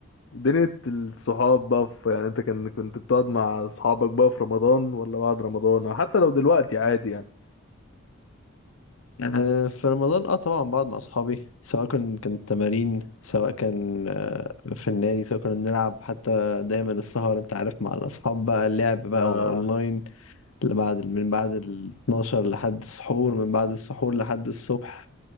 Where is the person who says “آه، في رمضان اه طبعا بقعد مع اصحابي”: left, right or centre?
Left